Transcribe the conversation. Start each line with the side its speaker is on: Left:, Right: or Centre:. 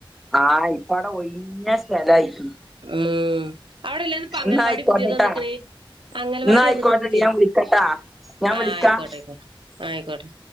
Centre: ആഹ ഇപ്പ അവിടെ ഒഴിഞ്ഞ സ്ഥലായിക്ക്ണ്.
Right: ഉം അവിടെലെന്നു ഇപ്പ അംഗലവാടി
Centre: എന്നാ ആയിക്കോട്ടെട്ടാ
Right: പുതിയത് വന്ന്ക്ക്ണ് അംഗലവാടി
Centre: എന്നാ ആയിക്കോട്ടെടി
Right: വന്ന് ക്ക്ണ് പുതിയത്.
Centre: ഞാൻ വിളിക്കട്ടാ ഞാൻ
Right: ആഹ
Centre: വിളിക്കാം
Right: ആയിക്കോട്ടെ ആയിക്കോട്ടെ ആ ആയിക്കോട്ടെ.